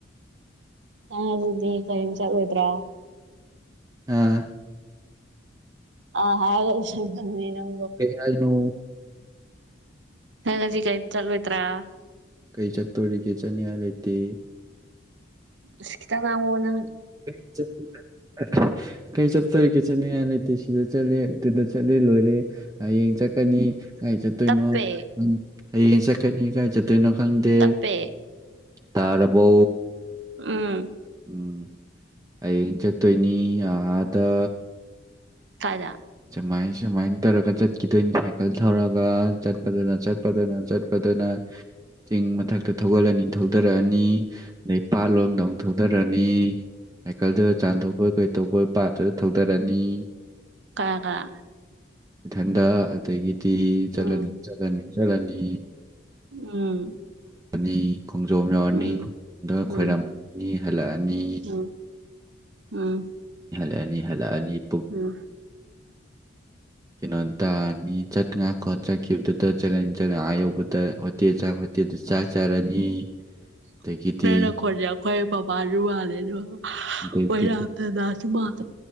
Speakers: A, on the right (about 70°); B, on the right (about 20°).
A: ꯎꯝ ꯅꯪꯪꯗꯤ ꯀꯔꯤꯝ ꯆꯠꯂꯣꯏꯗ꯭ꯔ
B: ꯑꯥ
A: ꯑꯍꯥꯏ <unintelligible>
B: ꯀꯩ ꯍꯥꯏꯅꯣ
A: ꯅꯪ ꯉꯁꯤ ꯀꯩꯝ ꯆꯠꯂꯣꯏꯇ꯭ꯔ
B: ꯀꯩ ꯆꯠꯇꯣꯔꯤꯒꯦ ꯆꯠꯅꯤꯡꯉꯥꯏ ꯂꯩꯇꯦ
A: ꯑꯁꯤꯈꯤꯇꯪ ꯅꯪꯉꯣꯟꯗ
B: <unintelligible> ꯀꯩ ꯆꯠꯇꯣꯔꯤꯒꯦ ꯆꯠꯅꯤꯡꯉꯥꯏ ꯂꯩꯇꯦ ꯁꯤꯗ ꯆꯠꯂꯤ ꯑꯗꯨꯗ ꯆꯠꯂꯦ ꯂꯣꯏꯔꯦ ꯍꯌꯦꯡ ꯆꯠꯀꯅꯤ ꯀꯥꯏ ꯆꯠꯇꯣꯏꯅꯣ
A: ꯇꯞꯄꯦ
B: ꯍꯌꯦꯡ ꯆꯠꯀꯅꯤ ꯀꯥꯏ ꯆꯠꯇꯣꯏꯅꯣ ꯈꯪꯗꯦ
A: ꯇꯞꯄꯦ
B: ꯇꯥꯔꯕꯣ
A: ꯎꯝ
B: ꯎꯝ ꯍꯌꯦꯡ ꯆꯠꯇꯣꯏꯅꯤ ꯑꯥꯗ
A: ꯀꯥꯏꯗ
B: ꯁꯃꯥꯏ ꯁꯨꯃꯥꯏ ꯇꯧꯔꯒ ꯆꯠꯈꯤꯗꯣꯏꯅꯤ ꯁꯥꯏꯀꯜ ꯊꯧꯔꯒ ꯆꯠꯄꯗꯨꯅ ꯆꯠꯄꯗꯨꯅ ꯆꯠꯄꯗꯨꯅ ꯆꯤꯡ ꯃꯊꯛꯇ ꯊꯧꯒꯠꯂꯅꯤ ꯊꯧꯗꯔꯛꯑꯅꯤ ꯑꯗꯩ ꯄꯥꯠꯂꯣꯝꯗ ꯑꯃꯨꯛ ꯊꯧꯗꯔꯛꯑꯅꯤ ꯁꯥꯏꯀꯜꯗ ꯆꯥꯟꯊꯣꯛꯄꯣꯏ ꯀꯩꯊꯣꯛꯄꯣꯏ ꯄꯥꯠꯇꯨꯗ ꯊꯧꯗꯔꯅꯤ
A: ꯀꯅꯥ ꯀꯅꯥ
B: ꯏꯊꯟꯗ ꯑꯗꯒꯤꯗꯤ ꯆꯠꯂꯅꯤ
A: ꯎꯝ
B: ꯆꯠꯂꯅꯤ ꯆꯠꯂꯅꯤ
A: ꯎꯝ
B: ꯅꯤ ꯈꯣꯡꯖꯣꯝ ꯌꯧꯔꯅꯤ
A: ꯎꯝ
B: ꯈꯣꯝ
A: ꯎꯝ
B: ꯈꯣꯏꯔꯝꯃꯅꯤ ꯍꯜꯂꯛꯑꯅꯤ
A: ꯎꯝ ꯎꯝ
B: ꯑꯅꯤ ꯍꯜꯂꯛꯑꯅꯤ
A: ꯎꯝ
B: ꯀꯩꯅꯣꯇꯥꯅꯤ ꯆꯠꯉꯥꯏ ꯈꯣꯠ ꯆꯠꯈꯤꯕꯗꯨꯗ ꯆꯂꯥꯅꯤ ꯆꯠ ꯑ ꯌꯧꯕꯗ ꯍꯣꯇꯤ ꯆꯥꯛ ꯇꯦꯗꯨ ꯆꯥꯛ ꯆꯥꯔꯅꯤ
A: <inaudible>
B: ꯑꯗꯒꯤꯗꯤ
A: ꯅꯪ ꯅꯈꯣꯟꯖꯦ ꯑꯩꯈꯣꯏ ꯄꯥꯄꯥꯁꯨ ꯃꯥꯜꯂꯦ ꯗꯨꯒ
B: ꯑꯗꯒꯤꯗꯤ
A: ꯑꯣꯏꯅꯥꯝ ꯗꯥꯗꯥꯖꯨ ꯃꯥꯜꯂꯦ